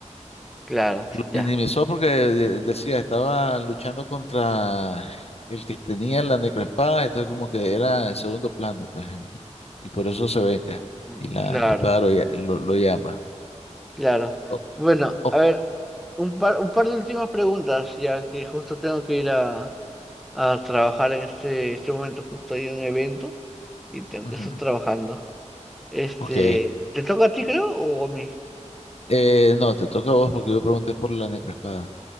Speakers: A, in the centre; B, on the left.
A: claro, ya,
B: Minimizó porque de- decía, estaba luchando contra el que tenía la necroespada, entonces como que era en segundo plano, pues. Y por eso se venga.
A: mm,
B: Y la,
A: claro,
B: la espada lo, lla- lo, lo llama.
A: claro.
B: O-
A: Bueno,
B: o-
A: a ver, un par, un par de últimas preguntas, ya que justo tengo que ir a, a trabajar en este, este momento, justo hay un evento y tengo
B: ujú,
A: que estar trabajando. Este,
B: Ok.
A: ¿te toca a ti, creo, o a mí?
B: Eh, no, te toca a vos porque yo pregunté por la necroespada.